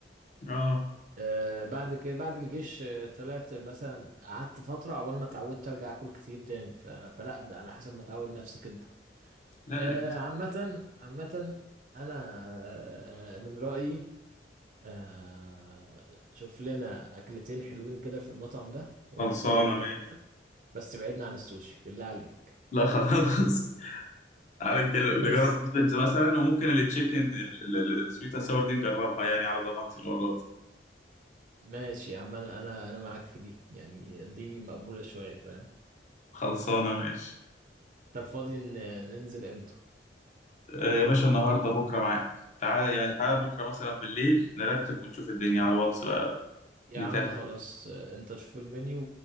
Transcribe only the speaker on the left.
اه
لا
لا اكيد
خلصانه
ماشي
لا خلاص <laughs> تعالى نجل-
نجرب نودلز مثلا وممكن التشيكن السويت اند ساور دي نجربها يعني على ضمانتي المره دي
خلصانه ماشي
آه، يا باشا النهارده بكره معاك تعالى يعني تعالى بكره مثلا بالليل نرتب ونشوف الدنيا على الواتس بقى
نتابع